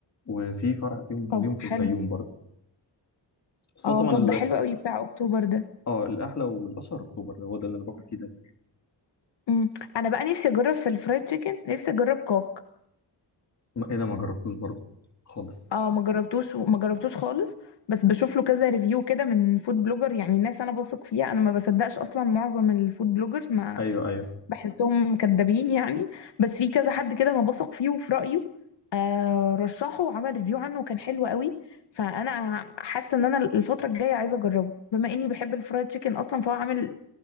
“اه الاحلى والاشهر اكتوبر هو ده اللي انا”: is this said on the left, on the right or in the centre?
Left